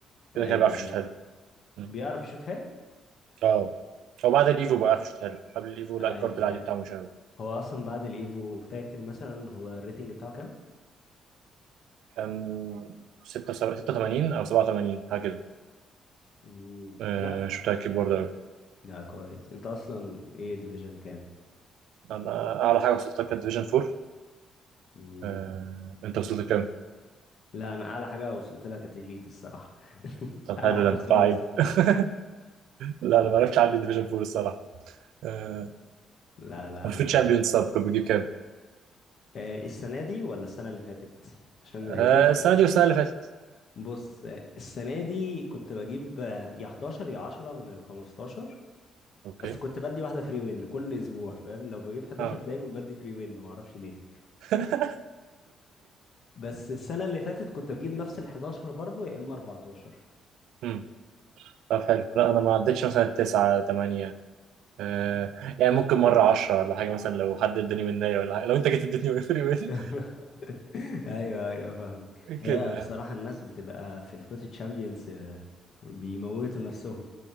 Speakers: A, on the right; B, on the left.
A: كده
B: ايوه
A: كده بيعرف
B: ايوه
A: يشوط حلو مم.
B: بيعرف يشوط حلو
A: اه هو بعد الايفو
B: آه.
A: بقى بيعرف يشوط حلو قبل الايفو
B: ايوه
A: لا الكارد العادي
B: ايوه
A: بتاعه مش حلو
B: هو اصلا بعد الايفو فاكر مثلا هو الريتنج بتاعه كام
A: كان ستة وسب- 86 أو 87 حاجة كده
B: مم.
A: آه،
B: لا
A: مش متأكد برضه أوي
B: لا كويس انت اصلا ايه ديفيجن كام
A: أنا أعلى حاجة وصلتها كانت ديفيجن 4
B: مم.
A: آه، أنت وصلت لكام؟
B: لا انا اعلى حاجة وصلت لها كانت elite الصراحة <laughs>
A: طب
B: اعلى
A: حلو
B: حاجة
A: ده أنت
B: خالص
A: لعيب
B: يعني
A: <laughs> لا أنا ما عرفتش عندي ديفيجن 4 الصراحة آه،
B: لا لا
A: المفروض
B: انا
A: شامبيونز سب كنت بجيب كام؟
B: آه، السنة دي ولا السنة اللي فاتت عشان
A: آه،
B: هي تفرق
A: السنة دي والسنة اللي فاتت
B: بص السنة دي كنت بجيب يا 11 يا 10 من ال 15
A: أوكي
B: بس كنت بدي واحدة فري وين كل أسبوع فاهم لو بجيب 11
A: أه
B: دايما بدي فري وين معرفش ليه
A: <laughs>
B: بس السنة اللي فاتت كنت بجيب نفس ال 11 برضه يا إما 14
A: مم. طب حلو لا أنا ما عدتش مثلا تسعة تمانية آه، يعني ممكن مرة عشرة ولا حاجة مثلا لو حد اداني مناية ولا حاجة لو أنت جيت اديتني فري وين
B: <laughs> أيوه أيوه فاهمك
A: <laughs>
B: هي
A: كده يعني
B: بصراحة الناس بتبقى في الفوت تشامبيونز بيموتوا نفسهم